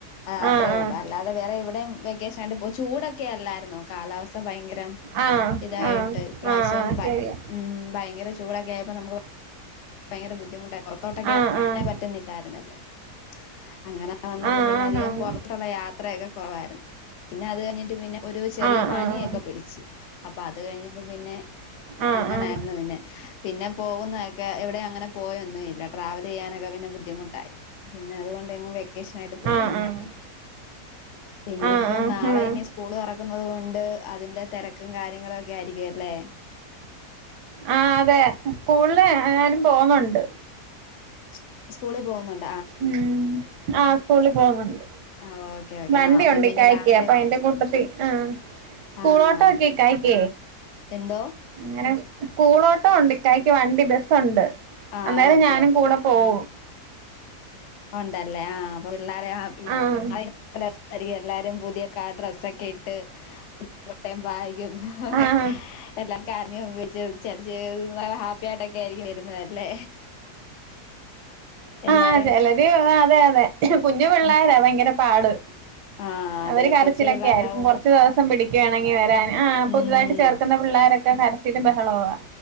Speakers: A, on the left; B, on the right.
A: അത്രേ
B: ആ
A: ഉള്ളൂ
B: ആ
A: അല്ലാതെ വേറെ ഇവിടെ വെക്കേഷനായിട്ട് പോ ചൂടൊ ക്കെല്ലായിരുന്നോ കാലാവസ് <unintelligible> ഭയങ്കരം
B: ആഹ്
A: ഇതായിട്ട്
B: ആഹ്
A: ഇപ്രാവശ്യം
B: ആഹ് ആഹ്
A: ഭയ്
B: ശരിയാ
A: ഉം ഭയങ്കര ചൂടൊക്കെ പ്പ നമു <unintelligible> ഭയങ്കര ബുദ്ധിമുട്ട പുറത്തോട്ടൊക്കെ
B: ആഹ്
A: ഇറങ്ങനെ
B: ആഹ്
A: പറ്റുന്നില്ലായിരുന്നല്ലോ അങ്ങനെ വന്നപ്പോ
B: ആഹ്
A: പിന്നെ
B: ആന്നാന്ന്
A: അധികം പുറത്തുള്ള യാത്രയൊക്കെ കുറവായിരുന്നു പിന്നെ അത് കഴിഞ്ഞിട്ട് പിന്നെ ഒരു ചെറിയ
B: ആഹ്
A: പനിയൊക്കെ
B: ആഹ്
A: പിടിച്ചു അപ്പൊ അത് കഴിഞ്ഞ അപ്പം പിന്നെ
B: ആഹ്
A: അങ്ങനായിരുന്നു
B: ആഹ്
A: പിന്നെ പിന്നെ പോവുന്നാഴ് എവിടെ അങ്ങനെ പോയൊന്നും ഇല്ല ട്രാവൽ ചെയ്യാനൊക്കെ പിന്നെ ബുദ്ധിമുട്ടായി പിന്നെ അതുകൊണ്ട് എങ്ങും വെക്കേഷ പോയില്ല
B: ആഹ് ആഹ്
A: പിന്നീപ്പം
B: ആഹ് ആഹ്
A: നാളെ
B: ഹും
A: ഇനി സ്കൂള് തുറക്കുന്നത് കൊണ്ട് അതിന്റെ തെര ക്കും കാര്യങ്ങളും ഒക്കെ ആയിരിക്കും അല്ലേ
B: ആ അതെ സ്കൂളില് ഞാനും പോന്നോണ്ട്
A: സ്കൂ സ്കൂളിൽ പോവുന്നുണ്ട്
B: മ് ആ സ്കൂളിൽ പോന്നുണ്ട്
A: ആ ഓക്കെ ഓക്കെ
B: വണ്ടി
A: ആ അപ്പം
B: ഉണ്ട്
A: പിന്നെ
B: ഇകായ്ക്ക
A: രാവിലെ
B: അപ്പ അയിന്റെ കൂട്ടത്തി ആ സ്കൂൾ
A: ആ
B: ഓട്ടോ
A: അപ്പൊ
B: ഒക്കെ കായക്ക
A: എന്തോ
B: അങ്ങനെ സ്കൂളോട്ടം ഉണ്ട് ഇക്കായ് ക്ക് വണ്ടി ബസ്സുണ്ട്
A: ആ
B: അന്നേരം
A: ഓക്കെ
B: ഞാനും കൂടെ പോകവും
A: ഒണ്ടല്ലേ ആ അപ്പം <unintelligible>
B: ആഹ്
A: <unintelligible> എല്ലാരും പുതിയ ഡ്രസ്സൊക്കെ ഇട്ട് <unintelligible> <unintelligible>
B: ആഹ്
A: ഹാപ്പിയായിട്ടൊക്കെ ആയിരിക്കും വരുന്നതല്ലേ എല്ലാരും
B: ആ ചെലര് അതെ അതെ കുഞ്ഞു പിള്ളരാ
A: ഉം
B: ഭയങ്കര പാട്
A: ആ അതെ
B: അവര് കരച്ചിലൊക്കെയായിരിക്കും
A: കൊച്ചു പിള്ളേരാവുമ്പോ
B: കുറച്ചു ദിവസം പിടി ഒക്കെ ആണെങ്കിൽവരാൻ ആ
A: ഉം
B: പുതുതായിട്ട് ചേർക്കുന്ന പിള്ളോരൊക്കെ കര <unintelligible> ബഹളവാ